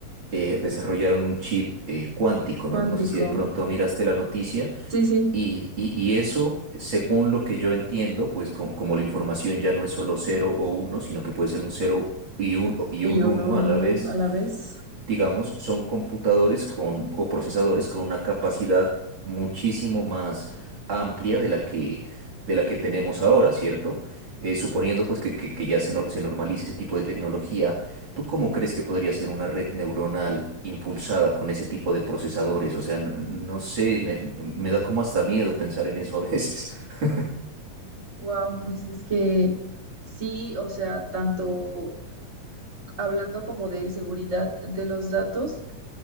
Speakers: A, on the right (about 40°); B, on the right (about 20°).
A: eh, desarrollaron un chip eh, cuántico.
B: cuántico.
A: No, no sé si de pronto miraste la noticia,
B: Sí, sí,
A: Y, y- y eso, según lo que yo entiendo, pues com- como la información ya no es solo cero o uno, sino que puede ser un cero y un, y
B: y
A: un
B: uno,
A: uno
B: no,
A: a la
B: no,
A: vez,
B: no, a la vez.
A: digamos, son computadores con, o procesadores con una capacidad muchísimo más amplia de la que, de la que tenemos ahora, ¿cierto? Eh, suponiendo pues que, que- que ya se, nor- se normalice ese tipo de tecnología, ¿tú cómo crees que podría ser una red neuronal impulsada con ese tipo de procesadores? O sea, no, no sé, me, me da como hasta miedo pensar en eso a veces. <laughs>
B: Wow, pues es que sí, o sea, tanto. hablando como de seguridad de los datos,